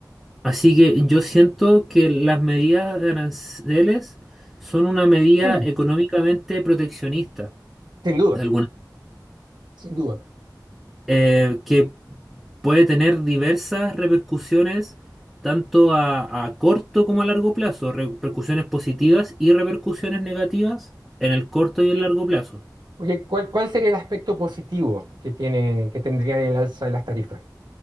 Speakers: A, in the centre; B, on the right (about 80°).
A: Así que yo siento que las medidas de aranceles son una medida
B: Mm.
A: económicamente proteccionista,
B: Sin duda,
A: de alguna
B: sin duda.
A: eh, que puede tener diversas repercusiones, tanto a, a corto como a largo plazo, repercusiones positivas y repercusiones negativas en el corto y el largo plazo.
B: Porque ¿cuál, cuál sería el aspecto positivo que tiene, que tendrían el alza de las tarifas?